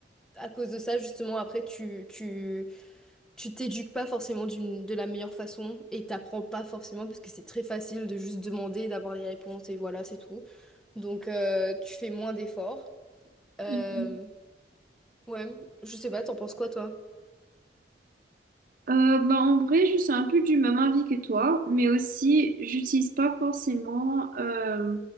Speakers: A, in the centre; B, on the right (about 50°).
A: à cause de ça, justement, après, tu, tu, tu t'éduques pas forcément d'une, de la meilleure façon et t'apprends pas forcément, parce que c'est très facile de juste demander, d'avoir les réponses et voilà, c'est tout. Donc, euh, tu fais moins d'efforts. Euh,
B: mhm.
A: ouais, je sais pas, t'en penses quoi, toi?
B: Euh, bah, en vrai, je suis un peu du même avis que toi, mais aussi, j'utilise pas forcément euh,